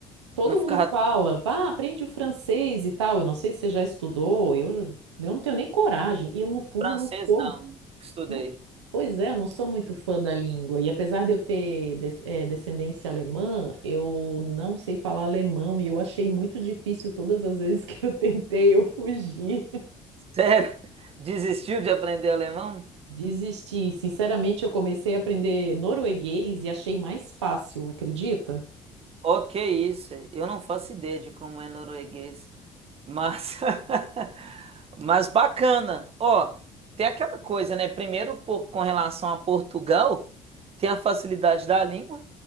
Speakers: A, on the right (about 75°); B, on the right (about 40°).
A: Todo
B: não ficar
A: mundo fala, pá, aprende o francês e tal. Eu não sei se você já estudou, eu, ju- eu não tenho nem coragem. E eu, no fundo,
B: francês,
A: não sou.
B: não. Nunca estudei.
A: não- pois é, eu não sou muito fã da língua. E apesar de eu ter des- eh, descendência alemã, eu não sei falar alemão. E eu achei muito difícil todas as vezes <laughs> que eu tentei, eu fugi.
B: Sério? <laughs> Desistiu de aprender alemão?
A: Desisti. Sinceramente, eu comecei a aprender norueguês e achei mais fácil, acredita?
B: Ok, isso? Eu não faço ideia de como é norueguês, mas <laughs> mas bacana. Ó, tem aquela coisa, né? Primeiro, por, com relação a Portugal, tem a facilidade da língua,